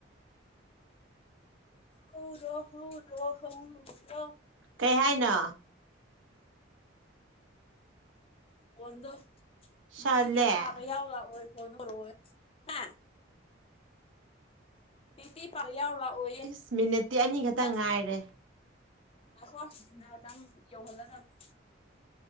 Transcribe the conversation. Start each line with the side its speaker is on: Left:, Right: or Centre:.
Left: ꯍ ꯔꯣꯍꯣ ꯔꯣꯍ ꯔꯣ
Right: ꯀꯩ ꯍꯥꯏꯅ
Left: ꯐꯗ
Right: ꯁꯥꯠꯂꯦ
Left: ꯕꯤ ꯄꯤ ꯄꯥꯕ ꯌꯥꯎꯂꯥ ꯍ ꯐꯅꯔ ꯍ ꯃꯤꯇꯤ ꯄꯔꯌꯥ ꯍꯕ ꯑꯣꯌꯦ
Right: ꯏꯁ ꯃꯤꯅꯤꯠꯇꯤ ꯑꯅꯤ ꯈꯛꯇꯪ
Left: ꯅ
Right: ꯉꯥꯏꯔꯦ
Left: ꯈꯣ ꯁꯤꯁꯤꯅ ꯑꯗꯨꯪ ꯌꯧꯍꯜꯂꯔꯝꯃꯤ